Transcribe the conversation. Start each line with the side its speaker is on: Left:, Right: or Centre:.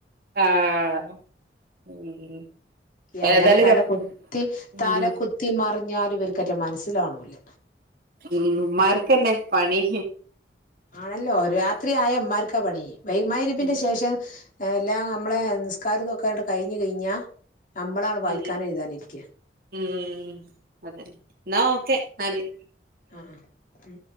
Right: ആഹ് ഉം
Left: എങ്ങനെ
Right: ഏതായാലും
Left: തല
Right: ര
Left: കുത്തി
Right: ഉം
Left: തല കുത്തി മറിഞ്ഞാലും ഇവർക്ക്റ്റ മനസ്സിലാവണൂല്ല
Right: ഉം ഉമാർക്കന്നെ പണി
Left: ആണല്ലോ രാത്രി
Right: ഉം
Left: ആയ ഇമ്മാർക്ക പണി മഗ്രിബിന്
Right: ഉം
Left: ശേഷം എല്ലാം നമ്മളെ നിസ്കാര ഇതൊക്കെ ആയിട്ട് കഴിഞ് കഴിഞ്ഞാൽ നമ്മളാണ് വായിക്കാനും
Right: ഉം
Left: എഴുതാനിരിക്ക
Right: ഉം അതല്ലേ എനാ ഓക്കെ ഇന്നാല്
Left: ആഹ് ആഹ് ഉം